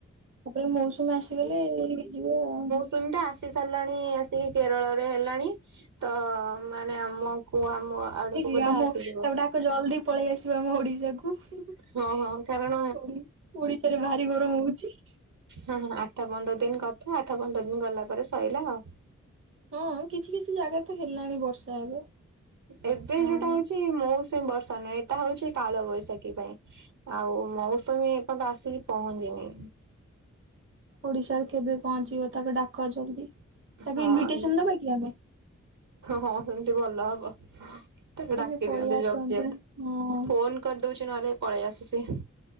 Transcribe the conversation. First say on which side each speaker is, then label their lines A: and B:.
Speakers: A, on the right; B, on the right.
A: ତାପରେ ମୌସୁମୀ ଆସିଗଲେ ହେଇଯିବ ଆଉ।
B: ଜୁନ୍ ଟା ଆସିସା ହେଲାଣି ଆସିକି କେରଳରେ ହେଲାଣି ତ ମାନେ ଆମକୁ ଆମ ଆଡକୁ
A: ହେଇଛି
B: ବୋଧେ
A: ଆମ
B: ଆସିଯିବ।
A: ତାପ ଡାକ ଜଲଦି ପଳେଇ ଆସିବ ଆମ ଓଡିଶାକୁ। ଓଡ଼ି
B: ହଁ ହଁ କାରଣ
A: ଓଡିଶାରେ ଭାରି ଗରମ ହଉଛି।
B: ହଁ ହଁ ଆଠ ପନ୍ଦର ଦିନ କଥା ଆଠ ପନ୍ଦର ଦିନ ଗଲା ପରେ ସଇଲା ଆଉ।
A: ହଁ କିଛି କିଛି ଜାଗାରେ ତ ହେଲାଣି ବର୍ଷା ଏବେ।
B: ଏବେ
A: ଆଉ
B: ଯୋଉଟା ହଉଛି ମୌସୁମୀ ବର୍ଷା ନୁହେଁ। ଏଇଟା ହଉଛି କାଳ ବୈଶାଖୀ ପାଇଁ। ଆଉ ମୌସୁମୀ ଏପର୍ଯ୍ୟନ୍ତ ଆସିକି ପହଞ୍ଚିନି।
A: ଓଡିଶାରେ କେବେ ପହଞ୍ଚିବ ତାକୁ ଡାକ ଜଲଦି। ତାକୁ
B: ହଁ
A: ଇନଭିଟେସନ ଦବା କି ଆମେ।
B: ହଁ ସେମିତି ଭଲ ହବ ତାକୁ ଡାକି
A: ସେ ପଳେଇ
B: ଦିଅନ୍ତେ
A: ଆସନ୍ତା
B: ଜଲଦି ଜ
A: ହଁ।
B: ଫୋନ୍। କରିଦଉଛି ନହେଲେ ପଳେଇ ଆସେ ସେ।